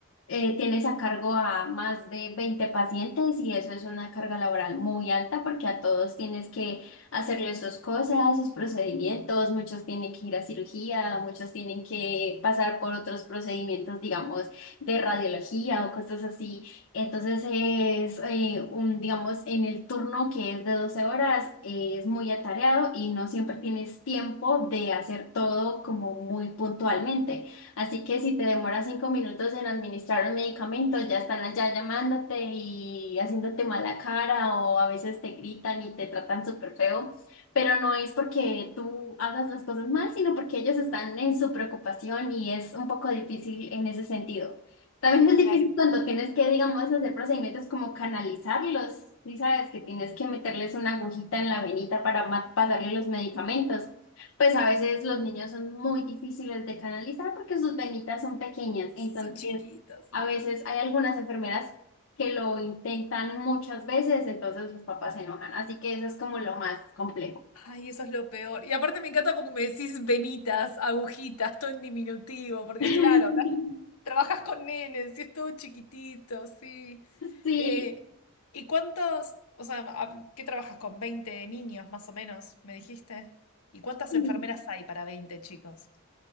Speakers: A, on the left; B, on the left.
A: eh, tienes a cargo a más de 20 pacientes y eso es una carga laboral muy alta porque a todos tienes que hacerles sus cosas, sus procedimientos, muchos tienen que ir a cirugía, muchos tienen que pasar por otros procedimientos, digamos, de radiología o cosas así. Entonces es eh, un, digamos, en el turno que es de 12 horas, eh, es muy atareado y no siempre tienes tiempo de hacer todo como muy puntualmente. Así que si te demoras cinco minutos en administrar un medicamento, ya están allá llamándote y haciéndote mala cara o a veces te gritan y te tratan súper feo, pero no es porque tú hagas las cosas mal, sino porque ellos están en su preocupación y es un poco difícil en ese sentido. También es difícil
B: Claro.
A: cuando tienes que, digamos, hacer procedimientos como canalizarlos, si sabes que tienes que meterles una agujita en la venita para ma- pasarle los medicamentos. Pues a veces los niños son muy difíciles de canalizar porque sus venitas son pequeñas. Entonces,
B: Son chiquitas.
A: a veces hay algunas enfermeras que lo intentan muchas veces, entonces los papás se enojan. Así que eso es como lo más complejo.
B: Ay, eso es lo peor. Y aparte me encanta porque me decís venitas, agujitas, todo en diminutivo, porque
A: <laughs>
B: claro, hablas- trabajas con nenes y es todo chiquitito, sí.
A: Sí,
B: Eh, ¿y cuántos, o sea, a- qué trabajas con 20 niños más o menos, me dijiste? ¿Y cuántas
A: sí,
B: enfermeras hay para 20 chicos?